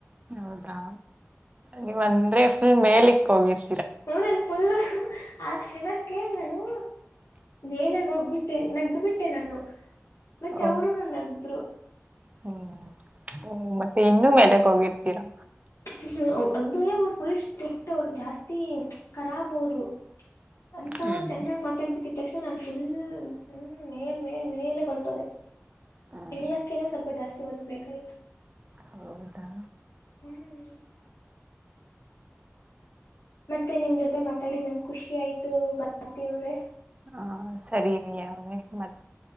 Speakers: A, on the right; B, on the left.
A: ಹೌದಾ ನೀವ ಅಂದ್ರೆ ಫುಲ್ ಮೇಲಿಕ್ ಹೋಗಿರ್
B: ಹೂ ನನ್ ಫುಲ್ ಹು ಹು ಆ ಕ್ಷಣಕ್ಕೆ ನಾನು ಮೇಲೆ ಹೋಗ್ಬಿಟ್ಟೆ ನಗ್ದಬಿಟ್ಟೆ ನಾನು ಮತ್ತೆ
A: ಓ,
B: ಅವರು ನನ್ನ ನಗ್ರು
A: ಹ್ಮ್ ಹ್ಮ ಮತ್ತೆ ಇನ್ನೂ ಮೇಲೆಗ್ ಹೋಗಿರ್ತೀರಾ
B: ಹ ಅಂದರೆೇ ಅವ ಫುಲಸ್್ಟೆಕ್ ರು ಜಾಸ್ತಿ ಖರಾಬ್ ಅವರು ಅಂತವರು
A: ಹ್ಮ್
B: ಚೆನ್ನಾಗ್ ಮಾ ತಪಟ್ಟಿದ ತಕ್ಷಣ ನಾನು ಫುಲ್ ಹ್ಮ ಮೇಲ್ ಮೇಲ್ ಮೇಲೆ ಕೊಟ್ಟೋದೆ
A: ಹ್ಮ್,
B: ಇಳಿಿಯಕ್ಕನೆ ಸ್ವಲ್ಪ ಜಾಸ್ತಿ ಹೋತು ಬೇಕಾಗಿತು
A: ಹೌದಾ
B: ಹ್ಮ್ ಮತ್ತೆ ನಿಮ್ ಜೊತೆ ಮಾತಾಡಿದ ನಂಗೆ ಖುಷಿ ಆಯ್ತು ಬತ ಅವ್ರೇ
A: ಹಾ ಸರಿರಿ ಯಾದೆ ಮತ್ತ